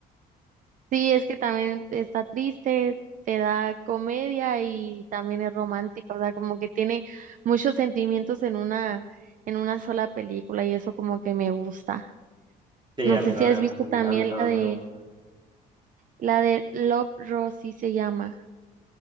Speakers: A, on the right (about 50°); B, on the right (about 25°).
A: Sí, es que también está triste, te da comedia y también es romántica, o sea, como que tiene muchos sentimientos en una en una sola película y eso como que me gusta.
B: Sí,
A: No
B: a mí
A: sé si
B: también,
A: has visto
B: a mí,
A: también
B: a mí también
A: la de
B: me gusta.
A: la de Love Rosie se llama.